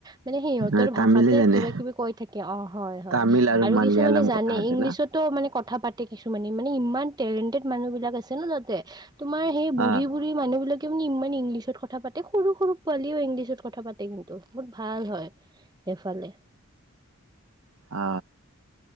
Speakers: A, on the right (about 20°); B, on the right (about 65°).
A: মানে সিহঁতৰ
B: এ, তামিলে
A: ভাষাতে
B: জানে
A: কিবা-কিবি কৈ থাকে অ, হয়, হয়,
B: তামিল
A: আৰু
B: মালয়ালম
A: কিছু মানে জানে
B: কথা আছে
A: ইংলিছত।
B: না?
A: মানে কথা পাতে কিছুমানে, মানে ইমান টেলেণ্টেড মানুহ বিলাক আছে ন, তাতে তোমাৰ সেই, বুঢ়ী-বুঢ়ী
B: অ',
A: মানুহ বিলাকে মানে ইমান ইংলিছত কথা পাতে, সৰু-সৰু পোৱালিও ইংলিছত কথা পাতে, কিন্তু বহুত ভাল হয়। এইফালে।
B: অ,